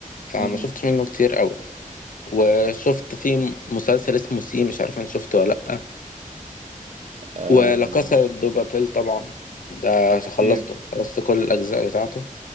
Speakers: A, on the left (about 75°); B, on the right (about 55°).
A: فما
B: امم
A: شفتش منه كتير قوي وشفت في مسلسل اسمه سي مش عارف انت شفته ولا لأ
B: آه
A: ولا كاسا دو بابيل طبعا ده
B: اكيد
A: خلصته خلصت كل الأجزاء بتاعته